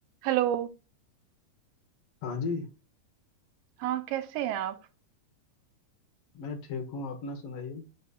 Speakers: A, on the right; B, on the left.
A: हेलो
B: हाँ जी
A: हाँ कैसे हैं आप
B: मैं ठीक हूँ अपना सुनाइए